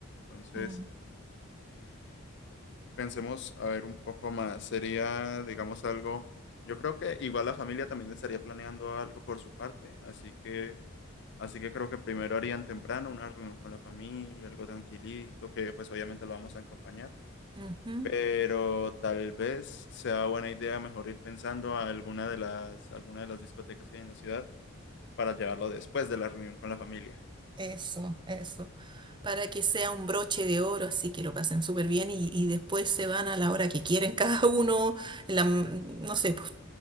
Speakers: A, on the left; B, on the right.
A: Entonces,
B: Mm,
A: Pensemos, a ver, un poco más. Sería, digamos, algo. Yo creo que igual la familia también estaría planeando algo por su parte, así que, así que creo que primero harían temprano una reunión con la familia, algo tranquilito, que pues obviamente lo vamos a acompañar.
B: ujú.
A: Pero tal vez sea buena idea mejor ir pensando a alguna de las, alguna de las discotecas que hay en la ciudad para llevarlo después de la reunión con la familia.
B: Eso, eso. Para que sea un broche de oro, así que lo pasen súper bien y, y después se van a la hora que quieren <laughs> cada uno, la, no sé, pues,